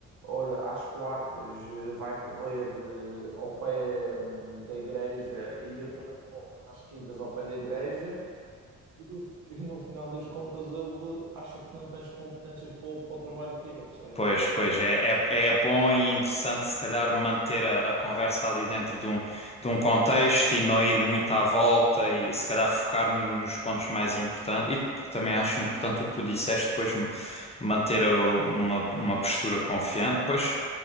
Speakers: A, on the right; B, on the left.
A: olha, às quartas eh, vai correr eh, ao pé hum, da igreja e eu também corro às quintas ao pé da igreja e no, fi- <laughs> e no final das contas ele acha que não tens competências para o, para o trabalho que é, percebes?
B: Pois, pois, é, é, é bom e interessante se calhar manter a, a conversa ali dentro de um, de um contexto e não ir muito à volta e se calhar focar no- nos pontos mais importantes. E também acho importante o que tu disseste, depois m- manter uh, uma, uma postura confiante. Pois,